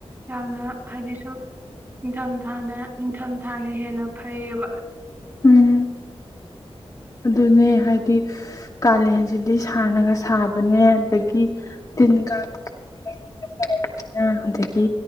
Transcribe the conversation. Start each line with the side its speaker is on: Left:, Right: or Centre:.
Right: ꯌꯥꯝꯅ ꯍꯥꯏꯗꯤ ꯁꯨꯝ ꯏꯟꯊꯝ ꯊꯥꯅ ꯅꯤꯡꯊꯝꯊꯥꯅ ꯍꯦꯟꯅ ꯐꯩꯌꯦꯕ
Left: ꯎꯝ ꯑꯗꯨꯅꯦ ꯍꯥꯏꯗꯤ ꯀꯥꯂꯦꯟꯁꯤꯗꯤ ꯁꯅꯒ ꯁꯥꯕꯅꯦ ꯑꯗꯒꯤ ꯇꯤꯟ ꯀꯥꯡ ꯄꯥꯏꯕꯅꯤꯅ ꯑꯗꯒꯤ